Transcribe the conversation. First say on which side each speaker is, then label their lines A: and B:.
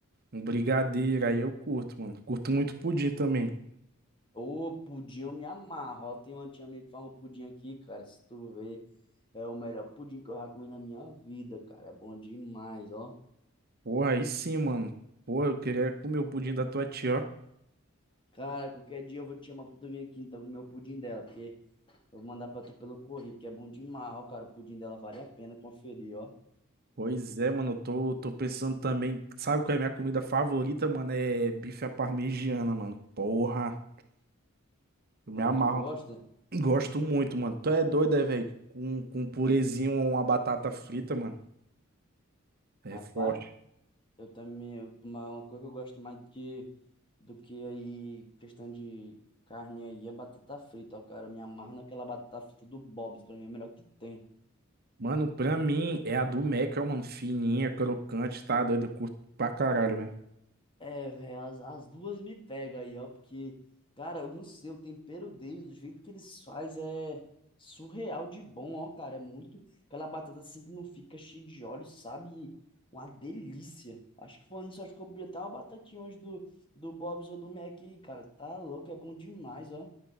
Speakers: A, on the right; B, on the left.
A: Um brigadeiro, aí eu curto, mano. Curto muito pudim também.
B: Ô, pudim eu me amarro, ó. Tem uma tia minha que faz um pudim aqui, cara. Se tu ver, é o melhor pudim que eu já comi na minha vida, cara. É bom demais, ó.
A: Porra, aí sim, mano. Porra, eu queria comer o pudim da tua tia, ó.
B: Cara, qualquer dia eu vou te chamar pra tu vir aqui, então, comer o pudim dela, porque eu vou mandar pra tu pelo correio, porque é bom demais, ó, cara. O pudim dela vale a pena conferir, ó.
A: Pois é, mano, eu tô, tô pensando também. Sabe qual é a minha comida favorita, mano? É bife à parmegiana, mano. Porra, eu me
B: É,
A: amarro.
B: tu gosta?
A: <clears throat> Gosto muito, mano. Tu é doido, é, velho? Com, com um purezinho ou uma batata frita, mano. É
B: Rapaz,
A: forte.
B: Eu também, eu- uma, uma coisa que eu gosto mais do que, do que aí, questão de carne aí, é batata frita, ó, cara. Eu me amarro naquela batata frita do Bob's, pra mim é a melhor que tem.
A: Mano, pra mim é a do Mac, ó, mano. Fininha, crocante, tá doido? Eu curto pra caralho, velho.
B: É, velho, as, as duas me pegam aí, ó, porque, cara, eu não sei, o tempero deles, do jeito que eles fazem, é surreal de bom, ó, cara. É muito, aquela batata assim que não fica cheia de óleo, sabe? Uma delícia. Acho que falando nisso, acho que eu podia até uma batatinha hoje do, do Bob's ou do Mac aí, cara. Tá louco, é bom demais, ó.